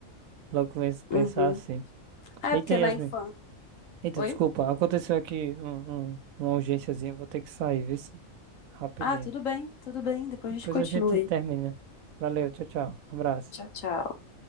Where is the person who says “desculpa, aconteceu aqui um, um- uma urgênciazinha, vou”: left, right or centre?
Right